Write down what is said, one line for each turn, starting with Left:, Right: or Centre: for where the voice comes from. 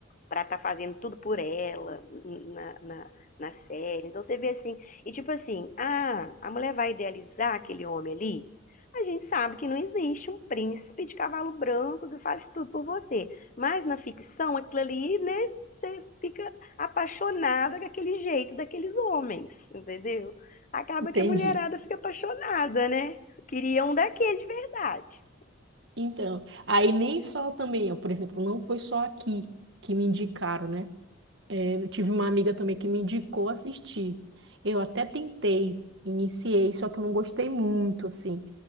Left: para estar fazendo tudo por ela n- na, na, na série. Então você vê assim, e tipo assim, ah, a mulher vai idealizar aquele homem ali? A gente sabe que não existe um príncipe de cavalo branco que faz tudo por você. Mas na ficção, aquilo ali, né? Você fica apaixonada com aquele jeito daqueles homens, entendeu? Acaba
Right: Entendi.
Left: que a mulherada fica apaixonada, né? Queria um daquele de verdade.
Right: Então, aí nem só também, ó, por exemplo, não foi só aqui que me indicaram, né? Eu tive uma amiga também que me indicou assistir. Eu até tentei, iniciei, só que eu não gostei muito, assim.